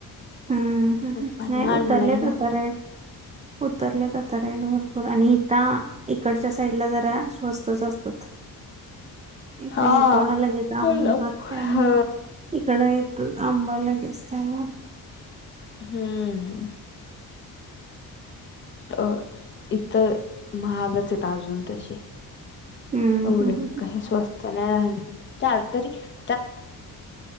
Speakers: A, on the right; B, on the left.
A: हम्म
B: पप्पानी
A: नाही
B: आणलाय
A: उतरलेच
B: मग
A: आता रेट उतरलेत आता. आता काय इकडं भरपूर आणि इथ इकडच्या साईडला जरा स्वस्तच असतात. इकडे
B: हा
A: येतो ना लगेच
B: कोल्हापूर
A: आंबा त्यामुळे
B: हा
A: इकडे येतो. आंबा लगेच त्यामूळे
B: हम्म अ इथं महागच आहेत अजून तसे
A: हम्म
B: एवढ
A: हम्म
B: काय स्वस्थ <unintelligible>